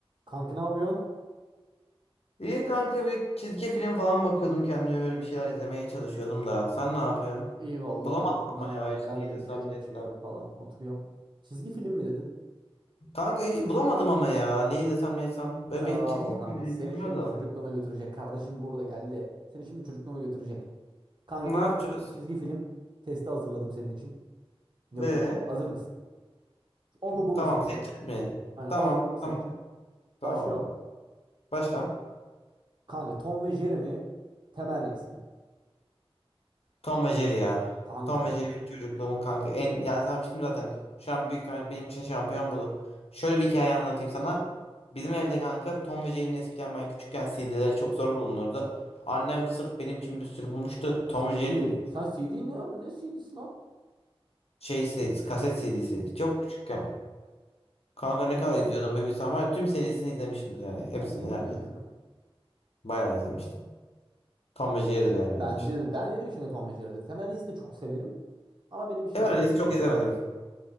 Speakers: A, on the right (about 50°); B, on the left (about 80°).
A: Kanka ne yapıyorsun?
B: İyi kanka bir çizgi film falan bakıyordum kendime böyle bir şeyler izlemeye çalışıyordum da. Sen ne yapıyorsun?
A: İyi vallahi
B: Bulamadım
A: moruk ne
B: ama
A: yapayım?
B: ya hiç
A: Ben
B: ne izlesem
A: de bir şeyler içiyorum
B: ne etsem.
A: falan. Oturuyorum. Çizgi film mi dedin?
B: Kanka iyi bulamadım ama ya ne izlesem ne etsem. Böyle
A: Sen
B: bir
A: rahat
B: çizgi
A: ol kanka.
B: film izleyesim
A: Seni
B: var
A: şimdi
B: da.
A: çocukluğuna götürecek. Kardeşin burada geldi. Seni şimdi çocukluğuna götürecek. Kanka
B: Ne
A: en
B: yapacağız?
A: sevdiğin çizgi film testi hazırladım senin için. Yapıyorum.
B: Ee,
A: Hazır mısın? O mu bu
B: tamam
A: mu seçeceksin?
B: seçeceğiz mi?
A: Aynen
B: Tamam
A: o mu bu mu seçeceksin?
B: tamam tamam.
A: Başlıyorum.
B: Başla.
A: Kanka Tom ve Jerry mi? Temel Reis mi?
B: Tom ve Jerry ya.
A: Kanka.
B: Tom ve Jerry benim çocukluğumun kanka. En yani sanmıştım zaten. Şu an büyük ihtimalle benim için şampiyon budu. Şöyle bir hikaye anlatayım sana. Bizim evde kanka Tom ve Jerry'nin eskiden ben küçükken CD'leri çok zor bulunurdu. Annem sırf benim için bir sürü bulmuştu. Tom
A: CD.
B: ve Jerry'nin
A: Sen CD ne? ya? Ne CD'si lan?
B: şey CD'si, kaset CD'si. Çok küçükken. Kanka
A: Abi,
B: ne kadar izliyordum bir bilsem var. ya, Tüm serisini izlemişimdir yani. Hepsini
A: sen ne
B: neredeyse.
A: diyorsun ya?
B: Bayağı izlemiştim. Tom ve Jerry'dir yani
A: Bence
B: benim için.
A: de ben benim için de Tom ve Jerry'dir. Temel Reis'i de çok severim. Ama benim için
B: Sever
A: de Tom ve
B: çok
A: Jerry'dir.
B: izlemedim.